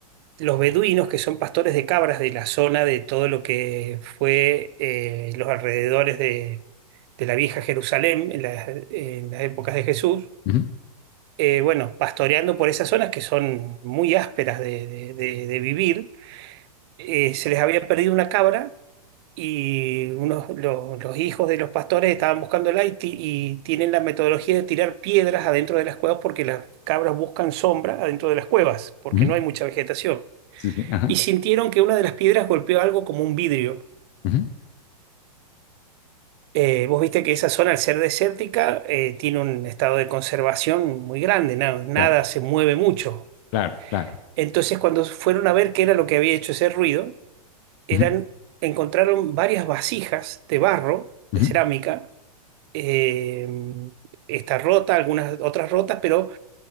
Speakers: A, on the right (about 40°); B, on the left (about 35°).
A: los beduinos, que son pastores de cabras de la zona de todo lo que fue eh, los alrededores de, de la vieja Jerusalén en las, en las épocas de Jesús,
B: ujú,
A: eh, bueno, pastoreando por esas zonas que son muy ásperas de de- de- de vivir, eh, se les había perdido una cabra y unos, lo- los hijos de los pastores estaban buscándola y, ti- y tienen la metodología de tirar piedras adentro de las cuevas porque las cabras buscan sombra adentro de las cuevas, porque
B: ujú,
A: no hay mucha vegetación.
B: Sí, sí, ajá.
A: Y sintieron que una de las piedras golpeó algo como un vidrio.
B: ujú,
A: Eh, vos viste que esa zona, al ser desértica, eh, tiene un estado de conservación muy grande, na- nada
B: Claro,
A: se mueve mucho.
B: claro, claro.
A: Entonces, cuando fueron a ver qué era lo que había hecho ese ruido, eran,
B: ujú,
A: encontraron varias vasijas de barro,
B: ujú,
A: de cerámica, eh, está rota, algunas otras rotas, pero